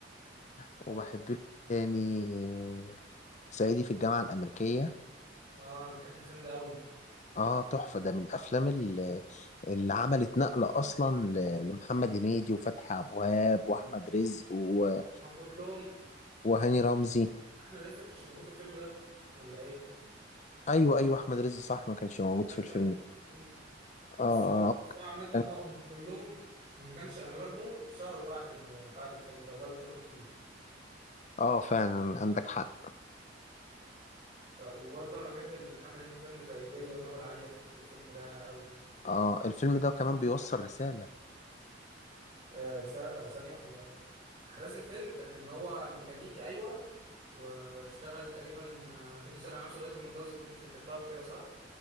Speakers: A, on the left; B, on the right.
A: وبحب
B: <laughs>
A: له تاني آه، صعيدي في الجامعة الأمريكية
B: اه انا بحب الفيلم ده قوي
A: وآه تحفة ده من الأفلام اللي, اللي عملت نقلة أصلا ل- لمحمد هنيدي وفتحي أبو وهاب وأحمد رزق و-
B: هما كلهم
A: وهاني رمزي
B: احمد رزق ما كانش موجود في الفيلم ده ولا ايه؟
A: أيوه أيوه أحمد رزق صح ما كانش موجود
B: ايوه
A: في الفيلم
B: لا ما كانش موجود. بس
A: اه
B: هو بس هو عامة
A: اه
B: اه هم كلهم إن ما كانش اغلبهم اتشهروا بعد ال... بعد الفيلم ده وجالهم شغل كتير
A: آه، فعلا عندك حق
B: ف- وبرضه انا بحب محمد هنيدي فيلم زي بيلي ودماغه العالية بحب الفيلم ده قوي
A: اه الفيلم ده كمان بيوصل رسالة
B: آه، رسالة آه، ثانية هو أحداث الفيلم كانت إن هو ميكانيكي أيوة واشتغل تقريبا آه، فضل يشتغل على نفسه لغاية لما اتجوز البنت اللي بيحبها وكده صح؟